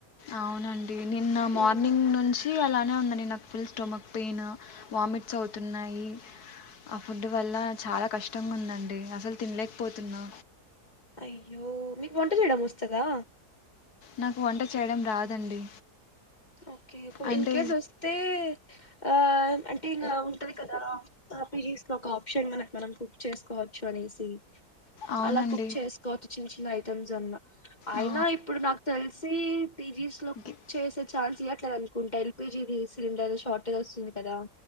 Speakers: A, on the left (about 70°); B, on the left (about 25°).
A: అవునండి నిన్న మార్నింగ్
B: ఉమ్,
A: నుంచి అలా <unintelligible> నాక్ ఫుల్ స్టమక్ పెయిన్ వామిట్స్ అవుతున్నాయి. ఆ ఫుడ్ వల్ల చాలా కష్టంగా ఉందండి అసల్ తిన్లేక్పోతున్నా
B: అయ్యో మీకు వంట చేయడం వస్తదా
A: నాకు వంట చేయడం రాదండి.
B: ఓకే
A: అంటే
B: ఇన్ కేేస్ వస్తే ఆ అంటే ఇగ ఉంటది కదా అట్లెస్ట్ ఒక ఆప్షన్ మనక్ మనం కుక్ చేసుకోవచ్చు అనేసి
A: అవునండి
B: అలా కుక్ చేసుకోవచ్చు చిన్న చిన్న ఐ ఇతం జన్న అయినా
A: ఆ!
B: ఇప్పుడు నాక్ తెల్ సీ టీజీస్లో కుక్
A: గి
B: చేసే ఛాన్స్ ఇయ్యట్లేదు అనుకుంటా ఎల్ పి జీ రి సిలిండర్ షార్టేజ్ వస్తుంది కదా